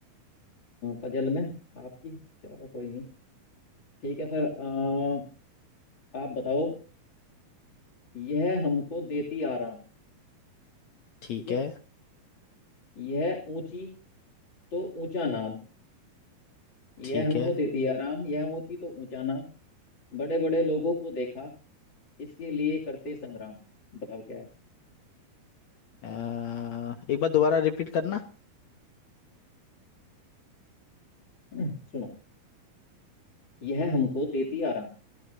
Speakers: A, on the left (about 35°); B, on the left (about 65°).
A: पजल में आपकी चलो कोई नहीं ठीक है सर अ, आप बताओ यह हमको देती आराम
B: <laughs> ठीक
A: ठीक है
B: है
A: यह ऊंची तो ऊंचा नाम यह
B: ठीक
A: हमको
B: है
A: देती आराम यह ऊंची तो ऊंचा नाम बड़े बड़े लोगों को देखा इसके लिए करते संग्राम बताओ क्या है
B: अ, एक बार दोबारा रिपीट करना
A: <laughs> सुनो यह हमको देती आराम